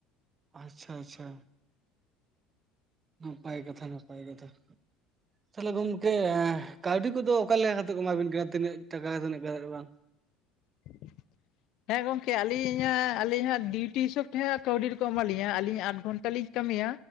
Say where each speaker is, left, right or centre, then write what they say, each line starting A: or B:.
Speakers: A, on the right (about 35°); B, on the left (about 60°).
A: ᱟᱪᱪᱷᱟ ᱟᱪᱪᱷᱟ, ᱱᱟᱯᱟᱭ ᱠᱟᱛᱷᱟ ᱱᱟᱯᱟᱭ ᱠᱟᱛᱷᱟ ᱛᱟᱦᱚᱞᱮ ᱜᱚᱝᱠᱮ ᱠᱟᱹᱣᱰᱤ ᱠᱚᱫᱚ ᱚᱠᱟ ᱞᱮᱠᱟ ᱠᱟᱛᱮ ᱠᱚ ᱮᱢᱟ ᱵᱤᱱ ᱠᱟᱱᱟ ᱛᱤᱱᱟᱹᱜ ᱴᱟᱠᱟ ᱛᱱᱟᱹᱜ ᱠᱟᱛᱮᱫ ᱵᱟᱝ?
B: <inaudible> ᱦᱮᱸ ᱜᱚᱝᱠᱮ ᱟᱹᱞᱤᱧᱟᱜ ᱟᱹᱞᱤᱧ ᱦᱟᱸᱜ ᱰᱤᱭᱩᱴᱤ ᱦᱤᱥᱟᱹᱵ ᱛᱮ ᱦᱟᱸᱜ ᱠᱟᱹᱣᱰᱤ ᱫᱚᱠᱚ ᱮᱢᱟ ᱞᱤᱧᱟ ᱟᱹᱞᱤᱧ ᱟᱴ ᱜᱷᱚᱱᱴᱟ ᱴᱟ ᱞᱤᱧ ᱠᱟᱹᱢᱤᱭᱟ